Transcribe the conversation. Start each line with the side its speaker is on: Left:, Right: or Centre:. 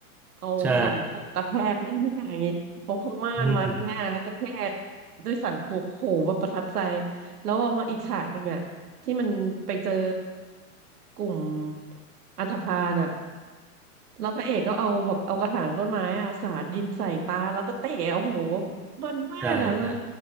Right: เอาสันปกกระแทกหน้าอย่างงี้เอาผ้าม่านมัดหน้าแล้วกระแทก
Centre: ใช่อืม
Right: ด้วยสันปกโหแบบประทับใจแล้วเอามาอีกฉากหนึ่งอะ ที่มันไปเจอกลุ่มอันธพาลอะแล้วพระเอกก็เอาแบบเอากระถางต้นไม้อะสาดดินใส่ตา แล้วก็เตะโอ้โหมันมากอะแล้ว
Centre: ใช่ใช่